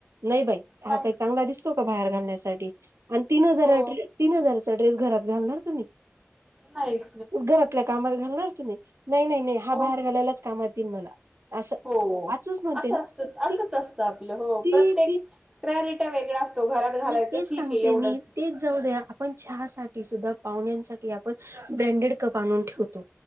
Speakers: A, on the right; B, on the right.
A: नाही बाई.
B: नाही
A: हा काही चांगला दिसतो का बाहेर घालण्यासाठी आणि तीन हजार
B: हो
A: ड्रेस तीन हजारचा ड्रेस घरात घालणार तुम्ही?
B: नाय!
A: घरातल्या कामाला घालणार तुम्ही नाही नाही हा
B: हो
A: बाहेर घालायलाचं कामात येईल मला. असं
B: हो
A: आजच म्हणते
B: असं
A: ना
B: असतच
A: ती
B: आपलं हो
A: ती
B: प्रत्येक
A: ती
B: प्रायरिटा वेगळा असतो घरात घालायचं
A: आणि तेच
B: ठीक
A: सांगते
B: आहे एवढंचं
A: मी तेच जाऊ दया आपण चहा साठी सुद्धा पाहण्यासाठी आपण ब्रँडेड कप आणून ठेवतो.